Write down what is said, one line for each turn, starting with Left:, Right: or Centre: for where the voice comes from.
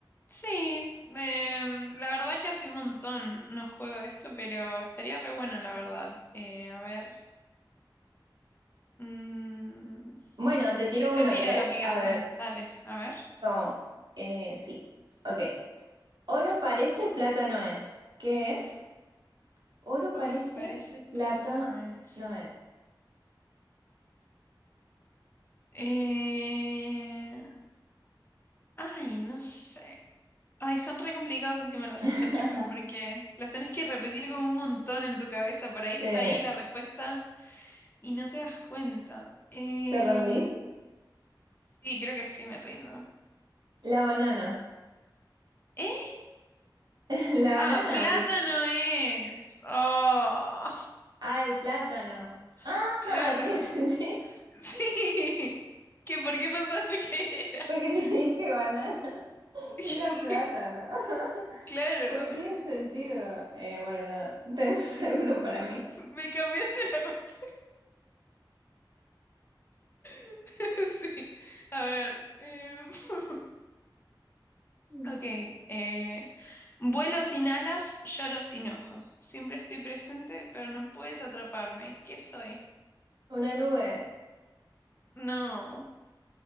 Left: Sí, em, la verdad que hace un montón no juego esto, pero estaría re bueno, la verdad. Eh, a ver, mm,
Right: Bueno, te tiro
Left: ¿qué te
Right: uno,
Left: tira
Right: ¿querés?
Left: la aplicación?
Right: A ver,
Left: Dale, a ver.
Right: ¿cómo? Eh, sí, ok. Oro parece, plata no es. ¿Qué es? Oro
Left: Oro
Right: parece,
Left: parece,
Right: plata
Left: plata no es.
Right: no es.
Left: Eh, ay, no sé. Ay, son re complicados encima los
Right: <laughs>
Left: acertijos porque las tenés que repetir como un montón en tu cabeza. Por ahí está
Right: ¿Te,
Left: ahí la respuesta y no te das cuenta. Em,
Right: te rendís?
Left: sí, creo que sí me rindo.
Right: La banana.
Left: ¿Eh?
Right: <laughs> La
Left: Ah,
Right: banana.
Left: plátano
Right: porque-
Left: es. Oh,
Right: Ah, el plátano. Ah,
Left: <laughs> claro.
Right: tiene sentido. <laughs>
Left: Sí. ¿Qué, por qué pensaste que era?
Right: Porque te dije banana
Left: <laughs>
Right: y era plátano. <laughs>
Left: Claro.
Right: Porque tiene sentido. Eh, bueno, nada. <laughs> ¿Tenés alguno para mí?
Left: Me cambiaste la respuesta. <laughs> Sí. A ver. em, <laughs>
Right: Mm.
Left: Ok, eh, vuelo sin alas, lloro sin ojos. Siempre estoy presente, pero no puedes atraparme. ¿Qué soy?
Right: Una nube.
Left: No,